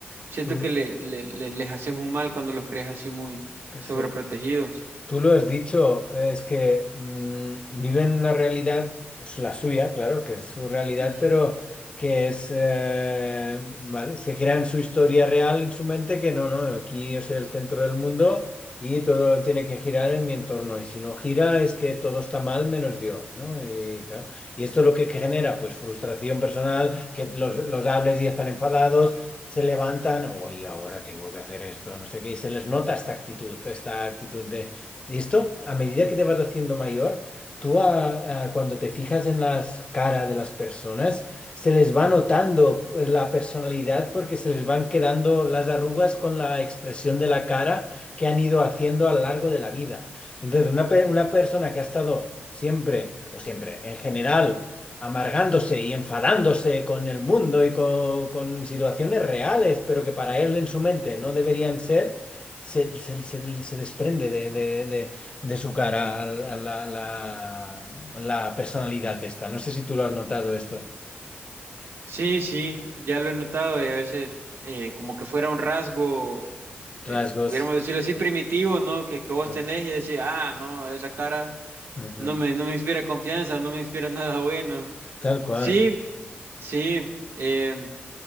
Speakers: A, on the right (about 70°); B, on the left (about 25°).
A: Siento
B: tú,
A: que le, le- le- les haces un mal cuando los crees así muy sobreprotegidos.
B: sí. Tú lo has dicho, es que mm, viven una realidad, pues, la suya, claro, que es su realidad,
A: Ujú.
B: pero que es, eh, ¿vale? Se crean su historia real en su mente, que no, no, aquí es el centro del mundo y todo tiene que girar en mi entorno, y si no gira es que todo está mal menos yo, ¿no? Y, claro, y esto lo que genera, pues frustración personal, que los, los hables y están enfadados. se levantan, hoy ahora tengo que hacer esto, no sé qué, y se les nota esta actitud, esta actitud de ¿Listo? A medida que te vas haciendo mayor, tú a- a- cuando te fijas en las caras de las personas, se les va notando eh, la personalidad porque se les van quedando las arrugas con la expresión de la cara que han ido haciendo a lo largo de la vida. Entonces, una, pe- una persona que ha estado siempre, o siempre, en general, amargándose y enfadándose con el mundo y con con situaciones reales, pero que para él en su mente no deberían ser se, se- se- se desprende de, de- de- de su cara a la, la- la- la personalidad esta. No sé si tú lo has notado esto.
A: Sí, sí, ya lo he notado y a veces eh, como que fuera un rasgo, eh,
B: Rasgos.
A: pudiéramos decirlo así, primitivo, ¿no? Que, que vos
B: Mm,
A: tenés y decís, ah, no, esa cara
B: ujú.
A: no me, no me inspira confianza, no me inspira <laughs> nada bueno.
B: Tal cual.
A: Sí, sí. em,